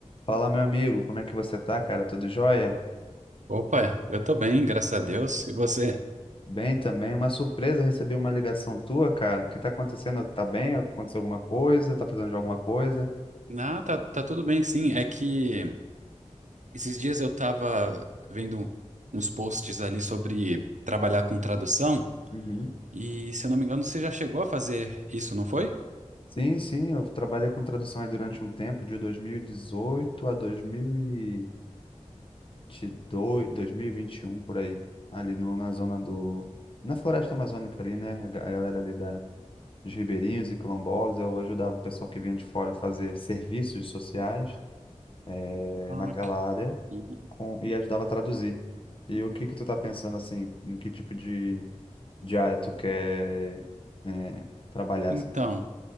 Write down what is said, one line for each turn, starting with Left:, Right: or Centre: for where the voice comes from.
Left: Fala, meu amigo, como é que você tá, cara? Tudo jóia?
Right: Opa, eu tô bem, graças a Deus. E você?
Left: Bem também. Uma surpresa, recebi uma ligação tua, cara. O que tá acontecendo? Tá bem? Aconteceu alguma coisa? Tá precisando de alguma coisa?
Right: Ah, tá, tá tudo bem, sim. É que esses dias eu tava vendo uns posts ali sobre trabalhar com tradução,
Left: Uhum.
Right: e se eu não me engano, você já chegou a fazer isso, não foi?
Left: Sim, sim, eu trabalhei com tradução aí durante um tempo, de 2018 a 2022, 2021, por aí. Ali no, na zona do... Na floresta amazônica ali, né? A, ga- a galera ali da, dos ribeirinhos e quilombolas. Eu ajudava o pessoal que vinha de fora a fazer serviços sociais, eh,
Right: Ah,
Left: naquela
Right: ok.
Left: área.
Right: Uhum.
Left: com- e ajudava a traduzir. E o que que tu tá pensando assim, em que tipo de, de área tu quer é, trabalhar
Right: Então,
Left: assim? enquanto-